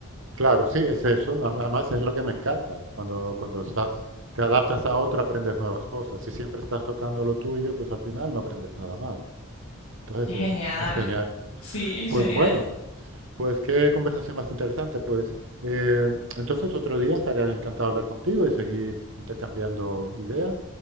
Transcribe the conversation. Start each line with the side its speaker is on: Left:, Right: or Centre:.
Right: Claro, sí, es eso. Am- Además, es lo que me encanta. Cuando, cuando estás, te adaptas a otro, aprendes nuevas cosas. Si siempre estás tocando lo tuyo, pues al final no aprendes nada más. Entonces,
Left: Genial,
Right: es, es genial.
Left: sí, genial.
Right: Pues bueno. Pues qué conversación más interesante. Pues eh, entonces otro día estaré encantado de hablar contigo y seguir intercambiando ideas,